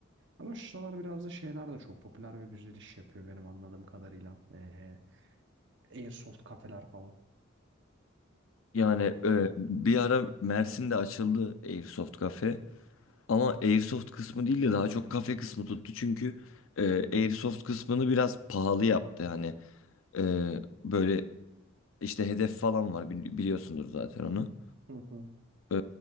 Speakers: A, on the right; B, on the left.
A: Ama şu sıralar biraz da şeyler de çok popüler ve güzel iş yapıyor benim anladığım kadarıyla. Ee, Airsoft kafeler falan.
B: Yani e,
A: Hı
B: bir ara Mersin'de açıldı Airsoft kafe. Ama Airsoft kısmı değil de daha çok kafe kısmı tuttu. Çünkü e, Airsoft kısmını biraz pahalı yaptı. Hani e, böyle işte hedef falan var bili- biliyorsundur zaten onu.
A: hı.
B: E,